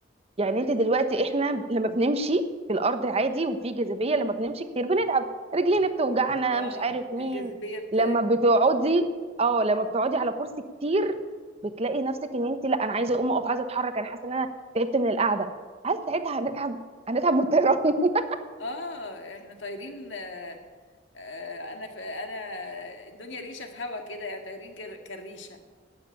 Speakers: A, on the right; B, on the left.
A: يعني انت دلوقتي احنا لما بنمشي في الارض عادي وفي جاذبيه لما بنمشي كتير بنتعب رجلينا بتوجعنا
B: اه
A: مش عارف
B: اه
A: مين
B: الجاذبية بت
A: لما بتقعدي اه لما بتقعدي على كرسي كتير بتلاقي نفسك ان انت لا انا عايزه اقوم اقف عايزه اتحرك انا حاسه ان انا تعبت من القعده هل ساعتها هنتعب هنتعب من الطيران <laughs>
B: اه احنا طايرين آه آه انا في انا الدنيا ريشة في هوا كده يعني طايرين جر- كالريشة